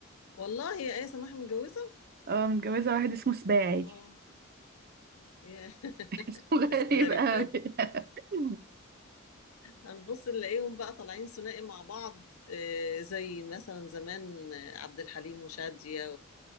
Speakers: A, on the left; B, on the right.
A: والله هي آية سماحة متجوزة
B: اه متجوزة واحد اسمه سباعي
A: اه يا. <laughs>
B: <laughs> اسمه غريب
A: اسم غريب
B: قوي
A: قوي
B: <laughs>
A: هنبص نلاقيهم بقى طالعين ثنائي مع بعض آه، زي مثلا زمان آه، عبد الحليم وشادية